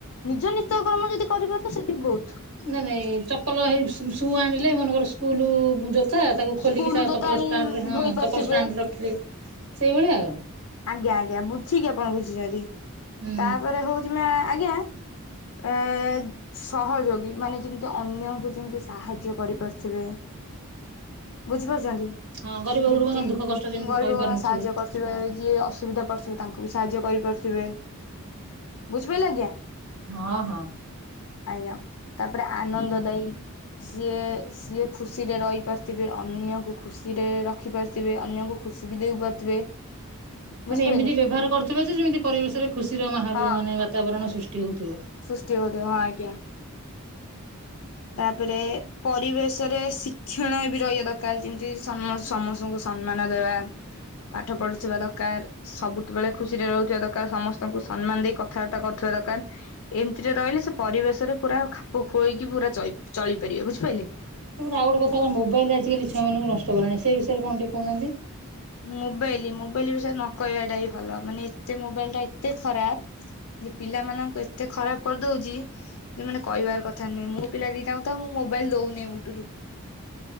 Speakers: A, on the left (about 70°); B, on the right (about 80°).
A: ନିଜ ନିତ୍ୟକର୍ମ ଯଦି କରି ପାରୁଥିବେ ସେତିକି ବହୁତ।
B: ନାଇଁ ନାଇଁ ଚପଲ ହେଇ ସୁ ଆଣିଲେ ମନକର ସ୍କୁଲ ଜୋ ତା ତାକୁ ଖୋଲିକି
A: ସ୍କୁଲ
B: ତା
A: ଜୋତା
B: ଚପଲ
A: ଆଣି
B: ଷ୍ଟାଣ୍ଡରେ ହଁ
A: ଧୋଇ ପାରୁଥିବେ
B: ଚପଲ ଷ୍ଟାଣ୍ଡ ରେ ରଖିଲେ ସେଇଭଳିଆ ଆଉ।
A: ଆଜ୍ଞା ଆଜ୍ଞା ବୁଝିକି ଆପଣ ବୁଝିଛନ୍ତି।
B: ହୁଁ
A: ତାପରେ ହଉଛି ଆଜ୍ଞା ଏ ସହଯୋଗୀ ମାନେ ଯେମିତି ଅନ୍ୟଙ୍କୁ ଯେମିତି ସାହାଯ୍ୟ କରିପାରୁି ଥିବେ।
B: <inaudible>
A: ବୁଝି ପାରୁଛନ୍ତି?
B: ହଁ ଗରିବ
A: ଯେମିତି
B: ଗୁରୁବାଙ୍କ
A: ଗରିବ
B: ଦୁଃଖ କଷ୍ଟ ଯେମିତି ସହି
A: ଗୁରୁବାଙ୍କୁ
B: ପାରୁନଥିବେ
A: ସାହାଯ୍ୟ କରୁଥିବେ,
B: ହଁ
A: ଯିଏ ଅସୁବିଧାରେ ପଡ଼ିଥିବେ ତାଙ୍କୁ ବି ସାହାଯ୍ୟ କରିପାରୁଥିବେ। ବୁଝିପାରିଲେ ଆଜ୍ଞା?
B: ହଁ ହଁ।
A: ଆଜ୍ଞା। ତାପରେ ଆନନ୍ଦ ଦାୟୀ ସିଏ ସିଏ ଖୁସିରେ ରହିପାରିଥିବେ ଅନ୍ୟକୁ ଖୁସିରେ ରଖିପାରୁଥିବେ। ଥିବେ ଅନ୍ୟଙ୍କୁ ଖୁସି ବି ଦେଉ ପାରୁଥିବେ। ବୁଝିପାରିଲେ
B: ମାନେ ଏମିତି ବ୍ୟବହାର କରୁଥିବ ଯେ ଯେମିତି ପରିବେଶରେ ଖୁସିର ମାହୋଲ
A: ହଁ
B: ମାନେ ବାତାବରଣ ସୃଷ୍ଟି ହଉଥିବ।
A: ସୃଷ୍ଟି ହଉଥିବ ହଁ। ଆଜ୍ଞା। ତାପରେ ପରିବେଶରେ ଶିକ୍ଷଣୀୟ ବି ରହିବା ଦରକାର, ଯେମିତି ସମସ୍ତଙ୍କୁ ସମ୍ମାନ ଦେବା, ପାଠ ପଢ଼ୁଥିବା ଦରକାର। ସବୁଠୁ ବେଳେ ଖୁସି ରେ ରହୁଥିବା ଦରକାର, ସମସ୍ତଙ୍କୁ ସମ୍ମାନ ଦେଇ କଥାବାର୍ତ୍ତା କରୁଥିବା ଦରକାର ଏମିତିରେ ରହିଲେ ସେ ପରିବେଶ ରେ ପୁରା ଖାପ ଖୁଏଇକି ପୁରା ଚଳି ପାରିବେ ବୁଝିପାରିଲେ।
B: ତାପରେ ଆଉ ଗୋଟେ କଥା ହେଲା ମୋବାଇଲ ଆଜିକାଲି ଛୁଆମାନଙ୍କୁ ନଷ୍ଟ କଲାଣି। ସେ ବିଷୟରେ କଣ ଟିକେ କହୁ ନାହାନ୍ତି।
A: ମୋବାଇଲ, ମୋବାଇଲ ବିଷୟରେ ନ କହିବା ଟା ହିଁ ଭଲ। ମାନେ ଏତେ ମୋବାଇଲ ଟା ଏତେ ଖରାପ ଯେ ପିଲାମାନଙ୍କୁ ଏତେ ଖରାପ କରିଦେଉଛି ଯେ ମାନେ କହିବାର କଥା ନୁହେଁ। ମୋ ପିଲା ଦିଟାଙ୍କୁ ତ ମୁଁ ମୋବାଇଲ ଦଉ ନାହିଁ ମୋଟ ରୁ।